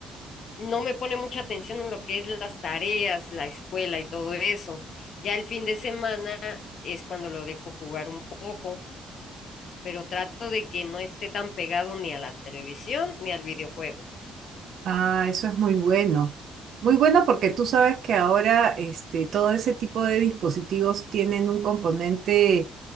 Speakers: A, on the left (about 60°); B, on the right (about 65°).
A: no me pone mucha atención en lo que es las tareas, la escuela y todo eso. Ya el fin de semana es cuando lo dejo jugar un poco. pero trato de que no esté tan pegado ni a la televisión ni al videojuego.
B: Ah, eso es muy bueno. Muy bueno porque tú sabes que ahora este, todo ese tipo de dispositivos tienen un componente